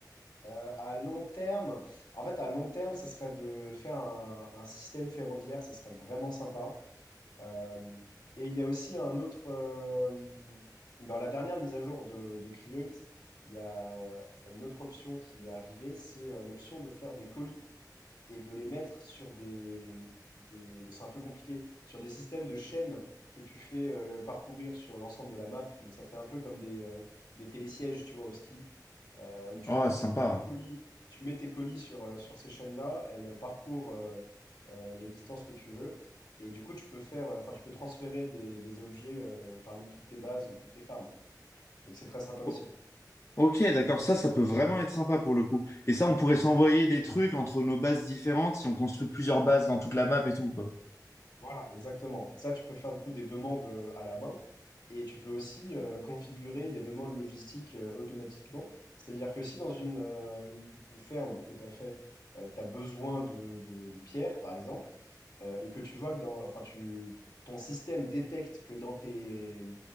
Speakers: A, on the left; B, on the left.
A: Euh, à long terme, en fait, à long terme, ce serait de faire un, un système ferroviaire, ce serait vraiment sympa. Euh, et il y a aussi un autre, euh, dans la dernière mise à jour de, de Create, il y a une autre option qui est arrivée, c'est euh, l'option de faire des colis et de les mettre sur des, des bon, c'est un peu compliqué, sur des systèmes de chaînes que tu fais euh, parcourir sur l'ensemble de la map. Donc ça fait un peu comme des, euh, des télésièges, tu vois, au ski, euh, où tu,
B: Oh,
A: du coup,
B: sympa.
A: tu mets tes colis, tu mets tes colis sur, euh, sur ces chaînes-là, elles euh, parcourent euh, euh, les distances que tu veux. Et du coup, tu peux faire, euh, enfin, tu peux transférer des, des objets euh, parmi toutes tes bases, toutes tes farms. Donc c'est très sympa aussi.
B: O- ok, d'accord. Ça, ça peut vraiment être sympa pour le coup. Et ça, on pourrait s'envoyer des trucs entre nos bases différentes si on construit plusieurs bases dans toute la map et tout, quoi.
A: Voilà, exactement. Ça, tu peux faire du coup des demandes euh, à la main et tu peux aussi euh, configurer des demandes logistiques euh, automatiquement. C'est-à-dire que si dans une, euh, une- une ferme que tu as fait, tu as besoin de, de, de pierres, par exemple, euh, et que tu vois que dans, enfin, tu, ton système détecte que dans tes,